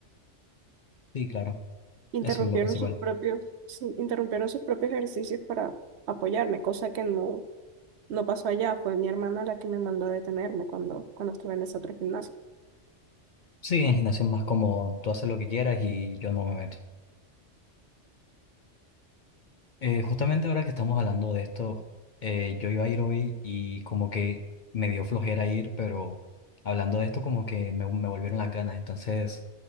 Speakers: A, on the left; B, on the right.
A: Sí, claro,
B: interrumpieron
A: eso es lo principal.
B: sus propios, sí, interrumpieron sus propios ejercicios para apoyarme, cosa que no, no pasó allá. Fue mi hermana la que me mandó a detenerme cuando, cuando estuve en ese otro gimnasio.
A: Sí, en gimnasio es más como tú haces lo que quieras y yo no me meto. Eh, justamente ahora que estamos hablando de esto, eh, yo iba a ir hoy y como que me dio flojera ir, pero hablando de esto como que me, me volvieron las ganas. Entonces